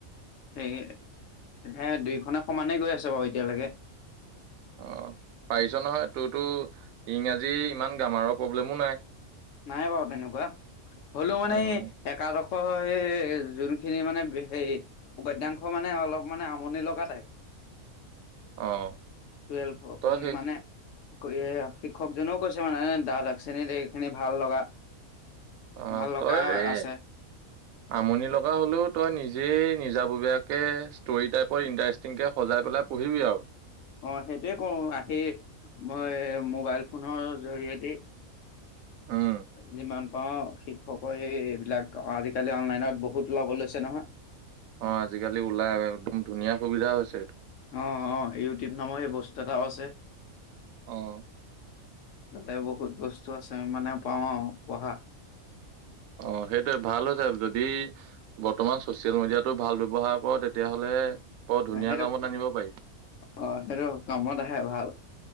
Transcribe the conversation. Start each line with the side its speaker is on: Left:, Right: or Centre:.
Left: সেই তহে দুইখনে সমানেই গৈ আছে বাৰু এতিয়ালেগে
Right: অঁ পাৰিছ নহয়, তোৰতো ইংৰাজী ইমান গ্ৰামাৰৰ প্ৰব্লেমও নাই।
Left: নাই বাৰু তেনেকুৱা, হ'লৌ মানে
Right: অ',
Left: একাদশৰ এই যোনখিনি মানে হেৰি উপাদ্যাংশ মানে অলপ মানে আমনি লগা টাইপ
Right: অ',
Left: টুৱেলভ অক
Right: তই শেষ
Left: মানে আকৌ এ শিক্ষকজনেও কৈছে মানে দ্বাদশ শ্ৰেণীত এইখিনি ভাল লগা
Right: অঁ
Left: ভাল লগা
Right: তই ৰে
Left: আছে
Right: আমনি লগা হ'লেও তই নিজেই নিজাববীয়াকে ষ্টৰী টাইপৰ ইণ্টাৰেষ্ট তেনেকে সজাই পেলাই পঢ়িবি আৰু
Left: অঁ সেইটোৱে কৰোঁ, আহি মই এ মোবাইল ফোনৰ জৰিয়তে
Right: উম'
Left: যিমান পাৰোঁ শিক্ষকৰ এইবিলাক আজিকালি অনলাইনত বহুত ওলাব লৈছে নহয়।
Right: অঁ আজিকালি ওলাই একদম ধুনীয়া সুবিধা হৈছে এইটো
Left: অঁ অ' ইউটিউব নামৰ এ বস্তু এটাও আছে।
Right: অ
Left: তাতে বহুত বস্তু আছে মানে পাওঁ আৰু পঢ়া
Right: অঁ সেইটোৱে ভাল হৈছে যদি বৰ্তমান ছচিয়েল মিডিয়াটো ভাল ব্যৱহাৰ কৰ তেতিয়াহ'লে বৰ ধুনীয়া
Left: আহেটো
Right: কামত আনিব পাৰি
Left: অ' সেইটো কামত আহে ভাল।